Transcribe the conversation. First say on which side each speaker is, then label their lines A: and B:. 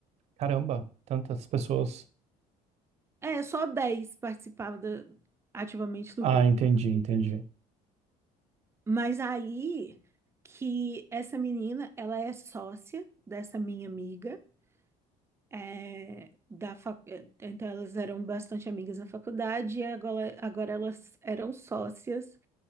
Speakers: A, on the right; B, on the right.
A: Caramba, tantas pessoas
B: É, só 10 participavam da- ativamente do
A: Ah,
B: grupo,
A: entendi,
B: <laughs> na
A: entendi.
B: verdade. Mas aí que essa menina, ela é sócia dessa minha amiga. é, da fac... é, Então elas eram bastante amigas na faculdade e agora, agora elas eram sócias,